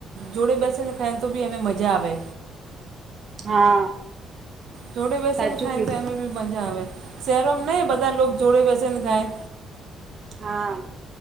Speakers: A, on the right; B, on the right.
A: જોડે બેસે ને <unintelligible> ફેન તો બી એને મજા આવે.
B: હા
A: જોડે બેસીને
B: સાચું
A: ખાય
B: કીધું
A: તો એમે મજા આવે શહેરોમાં નહી બધા લોકો જોડે બેસે ને ખાય.
B: હા